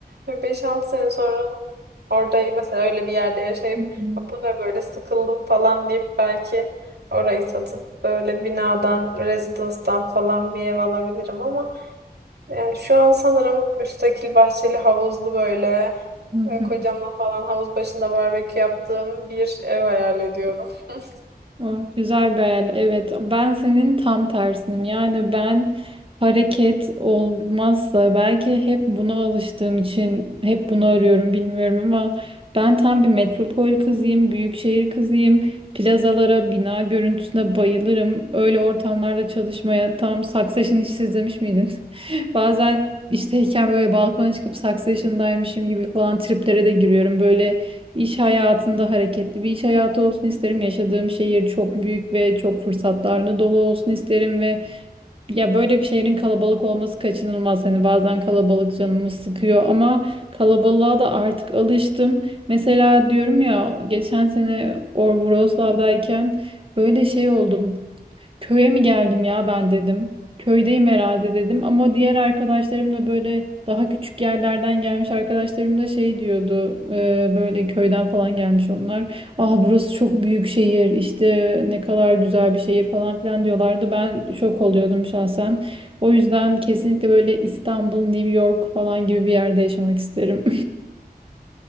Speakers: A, on the right (about 80°); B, on the right (about 35°).
A: e, beş altı sene sonra orada mesela öyle bir yerde yaşayıp
B: <laughs>
A: "Ya bu ne böyle sıkıldım falan deyip belki orayı satıp böyle binadan, rezidanstan falan bir ev alabilirim ama yani şu an sanırım müstakil bahçeli havuzlu böyle
B: Hı
A: e,
B: hı.
A: kocamla falan havuz başında barbekü yaptığım bir ev hayal ediyorum. <laughs>
B: Ah, güzel bir hayal. Evet, ben senin tam tersinim. Yani ben hareket olmazsa belki hep buna alıştığım için hep bunu arıyorum bilmiyorum ama ben tam bir metropol kızıyım, büyük şehir kızıyım. Plazalara, bina görüntüsüne bayılırım. Öyle ortamlarda çalışmaya tam Succession'ı hiç izlemiş miydin? <laughs> Bazen işteyken böyle balkona çıkıp Succession'daymışım gibi falan triplere de giriyorum. Böyle İş hayatında hareketli bir iş hayatı olsun isterim. Yaşadığım şehir çok büyük ve çok fırsatlarla dolu olsun isterim ve ya böyle bir şehrin kalabalık olması kaçınılmaz. Hani bazen kalabalık canımı sıkıyor ama kalabalığa da artık alıştım. Mesela diyorum ya geçen sene Or- Wrocław'dayken böyle şey oldum. Köye mi geldim ya ben dedim. Köydeyim herhalde dedim ama diğer arkadaşlarım da böyle daha küçük yerlerden gelmiş arkadaşlarım da şey diyordu e, böyle köyden falan gelmiş onlar. Ah burası çok büyük şehir işte ne kadar güzel bir şehir falan filan diyorlardı. Ben şok oluyordum şahsen. O yüzden kesinlikle böyle İstanbul, New York falan gibi bir yerde yaşamak isterim.